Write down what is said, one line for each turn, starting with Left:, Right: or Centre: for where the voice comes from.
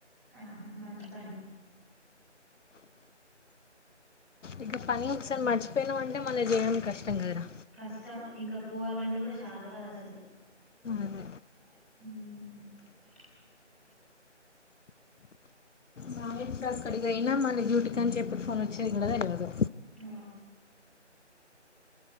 Centre: ఆహా మంచి పని
Left: ఇక పని ఒకసారి మర్చిపోయినవ్ అంటే మళ్ళీ చేయడం కష్టం కదరా
Centre: కష్టం ఇంకా పోవాలంటే కూడా శాతకాదు అసలు
Left: అదే
Centre: హిం
Left: బావి అయినా మంది డ్యూటీ కి అని చెప్పి ఫోన్ వచ్చేది లేదో
Centre: ఆ